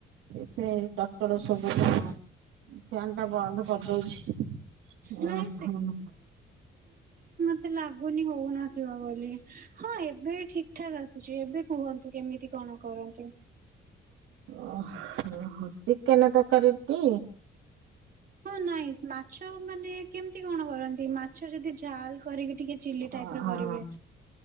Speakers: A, on the right; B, on the right.
A: ସେ ଟଟର ସବୁ ଫ୍ୟାନ ଟା ବନ୍ଦ କରିଦଉଛି ଓ
B: ନାଇଁ
A: ହ
B: େ ଲାଗୁନି ହଉନିବ ବୋଲି ହଁ ଏବେ ବି ଠିକ ଠାକ୍ ଆସୁଛି ଏବେ କୁହନ୍ତୁ। କେମିତି କଣ କରନ୍ତି।
A: ଓୋ ଚିକେନ ତରକାରୀଟି।
B: ହଁ ନାଇଁ ମାଛ ମାନେ କେମତି କଣ କରନ୍ତି। ମାଛ ଯଦି ଝାଲ କରିକି ଟିକେ ଚିଲି ଟାଇପ
A: ଓହୋ।
B: ର କରିବେ